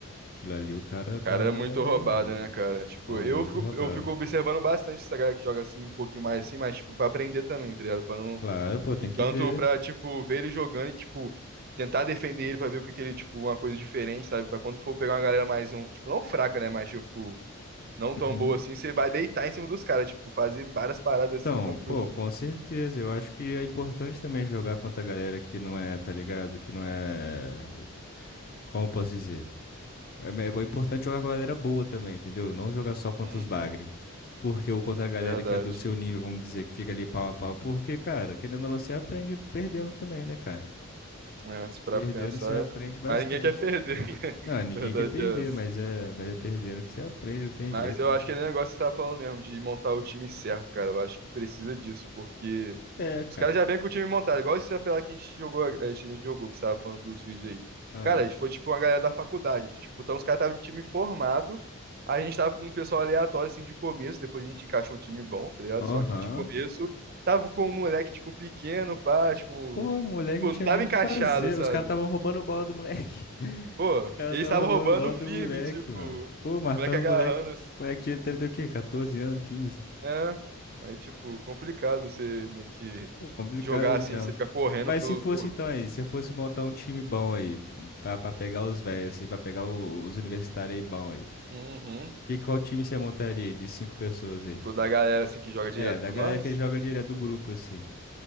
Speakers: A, on the left; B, on the right.
A: Aquilo ali, o cara, o cara
B: Cara, é
A: manda
B: muito
A: bem
B: roubado,
A: mesmo.
B: né, cara? Tipo,
A: Ó,
B: eu
A: muito
B: fico,
A: roubado.
B: eu fico observando bastante essa galera que joga assim, um pouquinho mais assim, mas, tipo, pra aprender também, tá ligado? Pra não,
A: Claro, pô, tem
B: E tanto
A: que ver.
B: pra, tipo, ver ele jogando e, tipo, tentar defender ele pra ver o que que ele, tipo, uma coisa diferente, sabe? Pra quando for pegar uma galera mais, um, tipo, não fraca, né? Mas, tipo, não tão
A: Uhum.
B: boa assim, você vai deitar em cima dos caras, tipo, fazer várias paradas
A: Então,
B: assim, tranquilos.
A: pô, com certeza. Eu acho que é importante também jogar contra a galera que não é, tá ligado? Que não é. Como eu posso dizer? É, me- é importante jogar com a galera boa também, entendeu? Não jogar só contra
B: Uhum,
A: os bagre. Porque ou contra a galera
B: verdade.
A: que é do seu nível, vamos dizer, que fica ali pau a pau. Porque, cara, querendo ou não, você aprende perdendo também, né, cara?
B: É, se parar
A: Perdendo
B: pra pensar,
A: você aprende
B: é-
A: bastante.
B: mas ninguém quer perder. <laughs>
A: Não, ninguém
B: Verdade
A: quer perder,
B: é essa.
A: mas é, mas é perdendo que você aprende, não tem
B: Mas
A: jeito,
B: eu
A: né?
B: acho
A: cara?
B: que é o negócio que você tá falando mesmo, de montar o time certo, cara. Eu acho que precisa disso, porque
A: É, cara.
B: Os caras já vêm com o time montado, igual esse apelado que a gente jogou, eh, a gente jogou, que você tava falando dos vídeos aí.
A: Ah.
B: Cara, a gente foi tipo uma galera da faculdade, de, tipo, então os caras estavam de time formado, a gente tava com um pessoal aleatório, assim, de começo, depois a gente encaixou um time bom, tá ligado?
A: Aham.
B: Só que de começo, tava com um moleque, tipo, pequeno, pá, tipo,
A: Pô, o moleque
B: pô,
A: não tinha
B: não tava
A: nem o
B: encaixado,
A: que fazer.
B: sabe?
A: Os caras estavam roubando bola do moleque. <laughs>
B: Pô,
A: Os caras
B: eles
A: estavam
B: estavam
A: roubando
B: roubando
A: bola
B: firme,
A: do moleque,
B: tipo,
A: mano.
B: o
A: Pô, marcando
B: moleque agarrando,
A: o moleque.
B: assim.
A: O moleque tinha- deve ter o quê? 14 anos, 15?
B: É, aí, tipo, complicado você meio que
A: Pô, complicado
B: jogar assim,
A: mesmo.
B: você ficar correndo
A: Mas
B: pelo,
A: se fosse
B: pô.
A: então aí, se eu fosse montar um time bom aí, pra, pra pegar os velhos, assim, pra pegar o- os universitários aí bom aí.
B: Uhum.
A: E qual time você montaria aí de cinco pessoas
B: tipo,
A: aí?
B: da galera assim que joga
A: É,
B: direto
A: da
B: com
A: galera
B: nós.
A: que joga direto do grupo, assim.